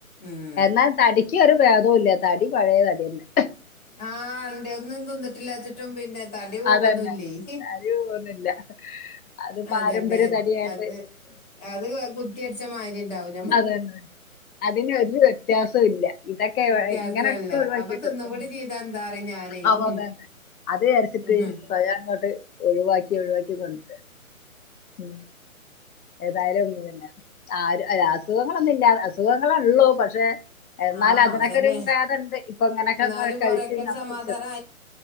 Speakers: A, on the left (about 30°); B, on the left (about 85°).
A: ഉം
B: എന്നാൽ തടിക്കൊരു ഭേദവും ഇല്ലാ, തടി പഴേ തട്യന്നെ
A: ആഹ ണ്ട് ഒന്നും തിന്നിട്ടില്ലാച്ചിട്ടും പിന്നെ തടി പോകൊന്നുല്ലേയ്
B: അതന്നെ തടി പോകുന്നില്ല അത് പാരമ്പര്യ
A: അതന്നെ,
B: തടിയായിട്ട്
A: അത് അത് കുറ്റ്യട്ച്ച മാരി ഉണ്ടാവും.
B: അതന്നെ അതിന് ഒരു വ്യത്യാസവും ഇല്ല ഇതൊക്കെ
A: വ്യത്യാസല്ല
B: ഇങ്ങനൊക്കെ ഒഴിവാക്കിയിട്ട്
A: അപ്പൊ തിന്നും
B: ഉം,
A: കൂടി ചെയ് ഇതെന്താറി ഞാനെയ്
B: അവ
A: ഉഹും
B: അതന്നെ അത് വിചാരിച്ചിട്ട്
A: ഉഹും
B: സ്വയം അങ്ങോട്ട് ഒഴിവാക്കി ഒഴിവാക്കി കൊണ്ടര ഉം ഏതായാലും ഒ പിന്നെ ആ അല്ലാ അസുഖങ്ങളൊന്നും ഇല്ലാത, അസുഖങ്ങളെള്ളൂ പക്ഷെ എന്നാൽ
A: ആ
B: അതിനൊക്കെ
A: അതന്നെ
B: ഒരു ഭേദണ്ട് ഇപ്പൊ ഇങ്ങനൊക്കെ
A: എന്നാലും
B: കഴിച്ചച്ച്
A: കൊറെയൊക്കെ ഒരു
B: നട്ടു
A: സമാധാനം